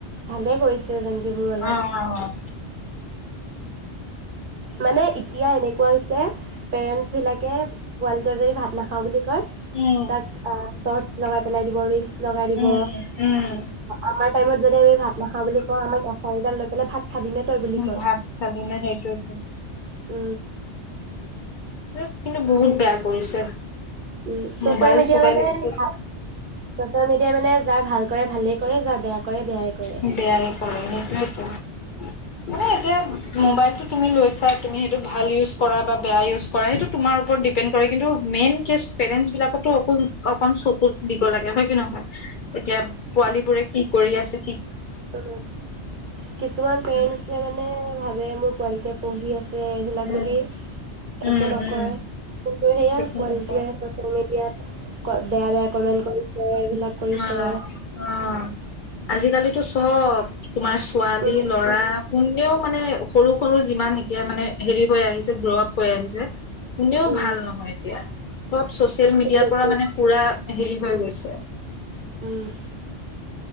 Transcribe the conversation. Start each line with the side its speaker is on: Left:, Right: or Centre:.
Right: ভালে কৰিছে। জেনজিবোৰো অলপ।
Left: অ' অ'
Right: মানে এতিয়া এনেকোৱা হৈছে। পেৰেণ্টছবিলাকে পোৱালিটোৱে যদি ভাত নাখাওঁ বুলি। কয়
Left: উম
Right: তাত আ ফোন লগাই পেলাই দিব ৰিলচ। লগাই দিব
Left: উম
Right: আমাৰ টাইমত যদি আমি ভাত নাখাওঁ বুলি কও আমাক এচাৰিডাল লৈ পেলাই ভাত। খাবিনে তই বুলি
Left: ভাত খালি ন সেইটোৱেটো।
Right: উ
Left: হে কিন্তু বহুত বেয়া কৰিছে।
Right: উ চচিয়েল
Left: মোবাইল
Right: মিডিয়া
Left: চোবাইল
Right: মানে
Left: লৈছিল
Right: আ চচিয়েল মিডিয়া এতিয়া মানে যাৰ ভাল কৰে ভালেই কৰে যাৰ বেয়া কৰে বেয়াই কৰে
Left: উম বেয়াহে কৰে সেইটোয়েতো মানে এতিয়া মোবাইলটো তুমি লৈছা তুমি সেইটো ভাল ইউজ কৰা বা বেয়া ইউজ কৰা সেইটো তোমাৰ ওপৰত ডিপেণ্ড কৰে কিন্তু মেইন কেছ পেৰেণ্টছ বিলাকেতো অকণ - অকণ চকু দিব লাগে হয় কি নহয়? এতিয়া পোৱালিবোৰে কৰি আছে
Right: উম কিছুমান পেৰেন্টছে
Left: উম
Right: মানে ভাবে ৱে মোৰ পোৱালিটোৱে পঢ়ি আছে যে এইবিলাক
Left: উম
Right: বুলি
Left: উম
Right: একো নকয়
Left: উম
Right: সেয়া
Left: ঠিক তেনেকুৱা।
Right: পোৱালিটোৱে ছচিয়েল মিডিয়াত ক বেয়া-বেয়া কমেণ্ট কৰিছে এইবিলাক কৰিছে
Left: অ-অ-অ হয় <unintelligible> আজিকালিতো চব তোমাৰ ছোৱালী
Right: উম
Left: ল'ৰা কুনেও মানে সৰু কৰো যিমান এতিয়া মানে হেৰি হৈ আহিছে গ্ৰপ হৈ আহিছে ৷ কোনেও
Right: উম
Left: ভাল নহয় এতিয়া ৷ সব চচিয়েল মিডিয়াৰ
Right: চব একেই
Left: পৰা মানে পুৰা হেৰি হৈ গৈছে ৷
Right: উম